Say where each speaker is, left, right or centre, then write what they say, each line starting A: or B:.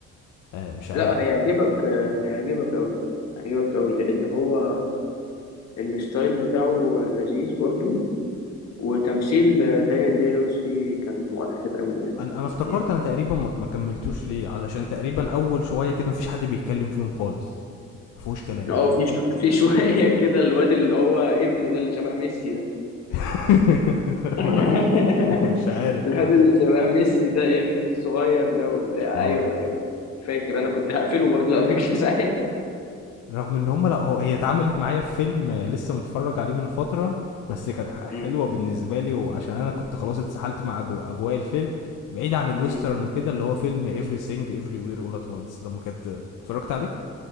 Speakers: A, on the left (about 80°); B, on the left (about 60°).
A: آه مش عارف
B: لا هيعجبك آه، هيعجبك قوي هيعجبك قوي لان هو الستايل بتاعه لذيذ برضو وتمثيل آه، دانيال دي لويس فيه كان مؤثر قوي يعني
A: انا انا
B: كان
A: افتكرت
B: جامد
A: انا
B: قوي
A: تقريبا
B: بصراحه
A: ما ما كملتوش ليه علشان تقريبا اول شوية كده مفيش حد بيتكلم فيهم خالص مفيهوش كلام
B: اه في شو- في <laughs> شويه كده الواد اللي هو ابنه ده اللي شبه ميسي ده
A: <laughs>
B: <laughs>
A: انا مش أنا مش عارف
B: الواد اللي شبه ميسي ده ابن الصغير ده وبتاع
A: اه
B: ايوه ايوه فاكر انا كنت هقفله برضه قبل كده <laughs> ساعتها
A: رغم ان هم لا هو هي اتعملت معايا في فيلم لسه متفرج عليه من فترة بس كانت ح- حلوة
B: مم.
A: بالنسبة لي وعشان انا كنت خلاص اتسحلت مع أجو- اجواء الفيلم بعيد عن الويسترن
B: مم.
A: وكده اللي هو فيلم everything everywhere all at once لما كنت اتفرجت عليه